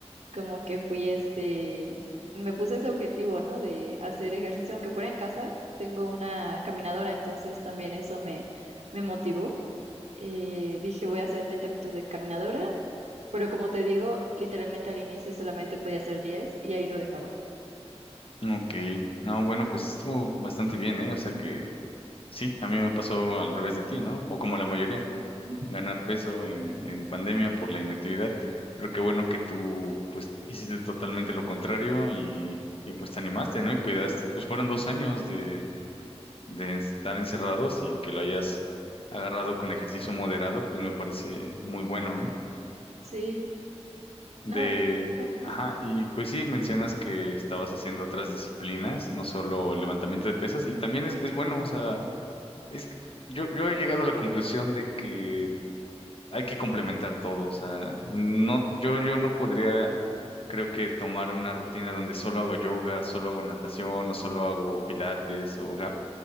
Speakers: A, on the right (about 80°); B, on the left (about 55°).
A: Como que fui este, me puse ese objetivo, ¿no? De hacer ejercicio, aunque fuera en casa, tengo una caminadora, entonces también eso me, me motivó. Eh, dije, voy a hacer 30 minutos de caminadora pero como te digo, literalmente al inicio solamente podía hacer 10 y ahí lo dejaba.
B: ok. No, bueno, pues estuvo bastante bien, ¿eh? O sea que sí, a mí me pasó al revés de ti, ¿no? O como la mayoría.
A: Mm.
B: ganar peso en, en pandemia por la inactividad, pero qué bueno que tú pues hiciste totalmente lo contrario y, y, pues te animaste, ¿no? Y cuidaste. Pues fueron dos años de, de estar encerrados y que lo hayas agarrado con ejercicio moderado, pues me parece muy bueno, ¿eh?
A: Sí,
B: De,
A: no, y, bueno, ajá.
B: ajá, y pues sí, mencionas que estabas haciendo otras disciplinas, no solo el levantamiento de pesas, y también es, es bueno, o sea, es, que yo, yo he llegado a la conclusión de que hay que complementar todo, o sea, no, yo, yo no podría, creo que tomar una rutina donde solo hago yoga, solo hago natación, o solo hago pilates o gap,